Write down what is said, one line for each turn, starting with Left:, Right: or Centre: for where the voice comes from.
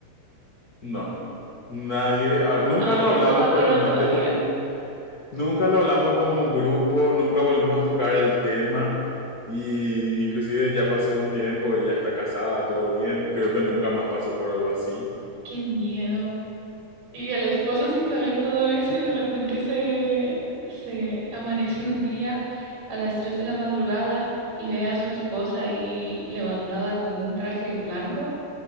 Left: no, nadie, ah, nunca
Right: Ay,
Left: lo hablamos
Right: eso da
Left: realmente,
Right: miedo todavía.
Left: con, nunca lo hablamos como grupo, nunca volvimos a tocar el tema. Y inclusive ya pasó un tiempo, ella está casada, todo bien, creo que nunca más pasó por algo así.
Right: Qué miedo. Y el esposo sin saber todo eso y de repente se, se amanece un día a las 3 de la madrugada y ve a su esposa ahí levantada con un traje blanco.